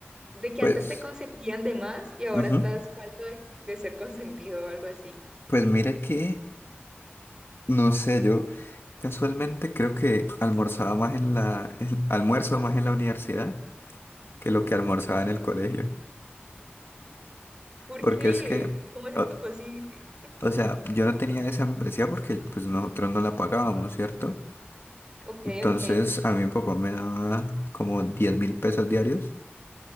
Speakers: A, on the right (about 20°); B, on the left (about 70°).
A: de que
B: Pues,
A: antes te consentían de más y ahora
B: ujú,
A: estás falto de, de ser consentido o algo así.
B: Pues mira que, no sé, yo casualmente creo que almorzaba más en la, el- almuerzo más en la universidad que lo que almorzaba en el colegio.
A: ¿Por
B: Porque
A: qué?
B: es que,
A: ¿Cómo es esto
B: o,
A: posible?
B: o sea, yo no tenía esa membresía porque pues nosotros no la pagábamos, ¿cierto?
A: Ok,
B: Entonces
A: ok.
B: a mí mi papá me daba como diez mil pesos diarios